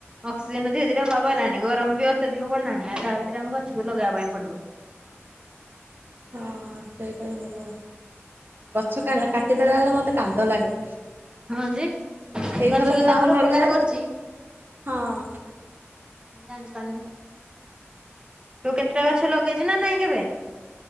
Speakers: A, on the right (about 20°); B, on the right (about 50°).
A: ଅକ୍ସିଜେନ ଧୀରେ ଧୀରେ ଅଭାବ ହେଲାଣି। ଗରମ ବି ଅତ୍ୟଧିକ ପଡିଲାଣି ଆଉ ତା ଭିତରେ ଆମେ ଗଛକୁ ଲଗାଇବା ପାଇଁ ପଡିବ।
B: ହଁ ସେଇଟା ବି ଭଲ। ଗଛ କ କାଟିଦେଲା ବେଳେ ମତେ କାନ୍ଦ ଲାଗେ।
A: ହଁ ଯେ
B: ଏଇଥର
A: ଗଛ କେତେ
B: ଯୋଉ
A: ଆମର
B: ଆମ ଘରକୁ
A: ଉପକାର
B: ଯାଉଛି
A: କରୁଛି।
B: ହଁ।
A: ଆମେ ଜାଣିପାରୁନେ, ତୁ କେତେଟା ଗଛ ଲଗେଇଛୁ ନା ନାଇଁ କେବେ?